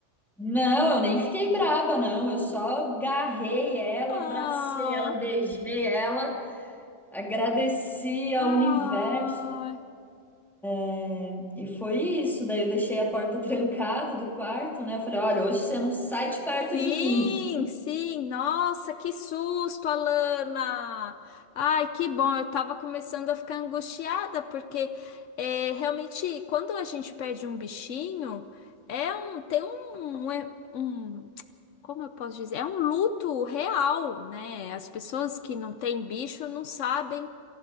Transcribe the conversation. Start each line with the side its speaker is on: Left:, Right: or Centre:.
Centre: Não, eu nem fiquei braba, não. Eu só agarrei ela,
Left: Ah,
Centre: abracei ela, beijei ela, agradeci ao
Left: ah.
Centre: universo. É, E foi isso. Daí eu deixei a porta <laughs> trancada do quarto, né? Eu falei: olha, hoje você não sai de perto
Left: Sim,
Centre: de mim.
Left: sim. Nossa, que susto, Alana! Ai, que bom. Eu tava começando a ficar angustiada, porque é, realmente, quando a gente perde um bichinho, é um, tem um, um um como eu posso dizer? É um luto real, né? As pessoas que não têm bicho não sabem